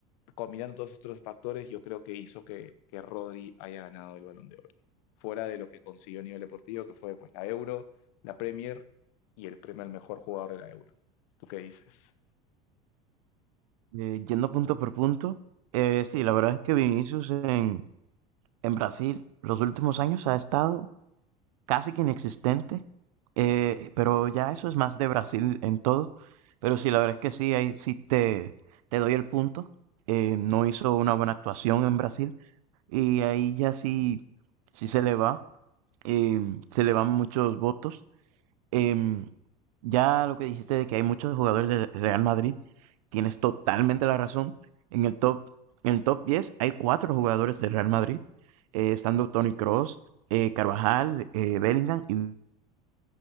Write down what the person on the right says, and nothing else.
Eh, yendo punto por punto, eh, sí, la verdad es que Vinicius en, en Brasil los últimos años ha estado casi que inexistente, eh, pero ya eso es más de Brasil en todo. Pero sí, la verdad es que sí, ahí sí te, te doy el punto. Eh, no hizo una buena actuación en Brasil y ahí ya sí, sí se le va, em, se le van muchos votos. Em, ya lo que dijiste de que hay muchos jugadores del Real Madrid tienes totalmente la razón. En el top, en el top 10 hay cuatro jugadores del Real Madrid, eh, estando Tony Cross, Carvajal, eh, Bellingham y